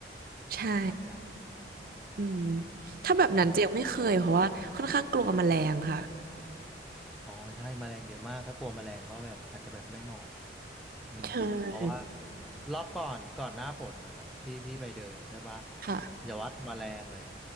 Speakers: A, on the right; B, in the centre.
A: ๆใช่
B: เข้าใจใช่
A: อืมถ้าแบบนั้นเจียงไม่เคยเพราะว่าค่อนข้างกลัวแมลงค่ะ
B: อืม อ๋อใช่แมลงเยอะมากถ้ากลัวแมลงก็แบบอาจจะแบบไม่เหมาะอืมเพราะว่า
A: ใช่
B: รอบก่อนก่อนหน้าฝนนะครับที่พี่ไปเดินใช่ปะ
A: ค่ะ
B: อย่าว่าแต่แมลงเลย